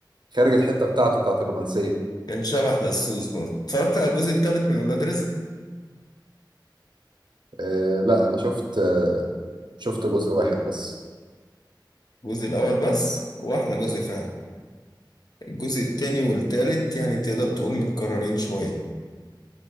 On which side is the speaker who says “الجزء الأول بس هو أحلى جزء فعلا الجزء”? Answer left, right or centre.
Left